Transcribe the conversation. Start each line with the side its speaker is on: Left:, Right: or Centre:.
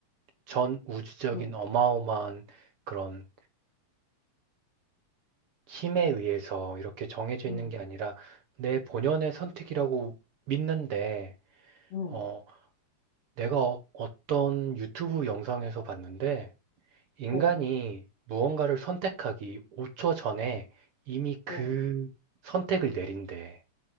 Right: 전 우주적인
Left: 응,
Right: 어마어마한 그런 힘에
Left: 응,
Right: 의해서 이렇게 정해져 있는
Left: 응,
Right: 게 아니라 내 본연의 선택이라고 믿는데,
Left: 음.
Right: 어, 내가 어- 어떤 유튜브 영상에서 봤는데, 인간이
Left: 어,
Right: 무언가를 선택하기 5초 전에 이미 그
Left: 어.
Right: 선택을 내린대.